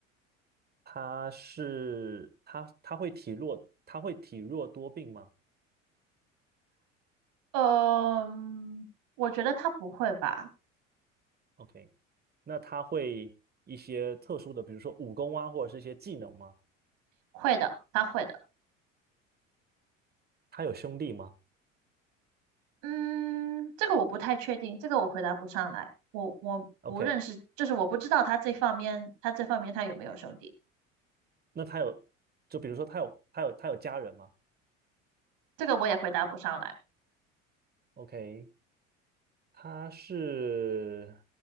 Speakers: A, on the right; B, on the right.
A: 他是他他会体弱，他会体弱多病吗
B: 嗯，我觉得他不会吧？
A: ？OK，那他会一些特殊的，比如说武功啊，或者是一些技能吗？
B: 会的，他会的。
A: 他有兄弟吗
B: 嗯，这个我不太确定，这个我回答不上来。我我不认识，
A: ？OK，
B: 就是我不知道他这方面，他这方面他有没有兄弟，
A: 那他有，就比如说他有他有他有家人吗
B: 这个我也回答不上来。
A: ？OK，他是，